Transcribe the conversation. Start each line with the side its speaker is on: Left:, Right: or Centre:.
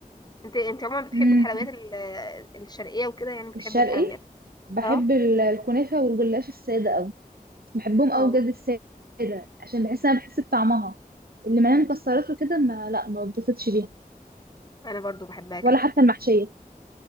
Left: انت انت عموما بتحبي
Right: امم
Left: الحلويات ال- الشرقيه وكده يعني بتحبي
Right: الشرقي
Left: الحلويات
Right: بحب
Left: اه
Right: ال- الكنافه والجلاش الساده قوي بحبهم قوي
Left: اه
Right: بجد الساده عشان بحس انا بحس بطعمها اللي مليانه مكسرات وكده ما لا ما بتبسطش بيها
Left: انا برضو بحبها كده
Right: ولا حتى المحشيه